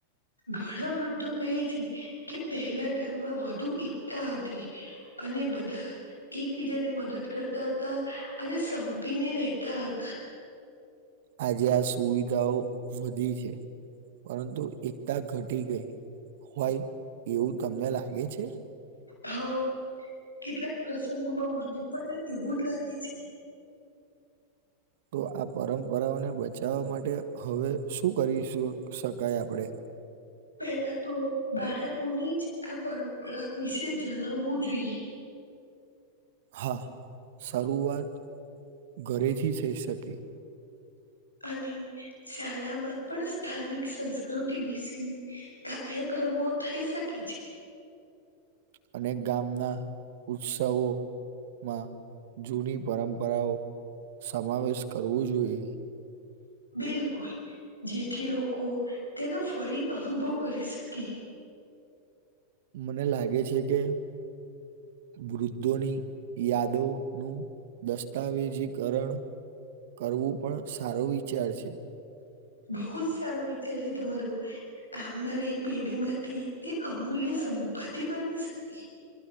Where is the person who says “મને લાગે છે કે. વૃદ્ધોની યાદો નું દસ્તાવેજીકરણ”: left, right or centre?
Right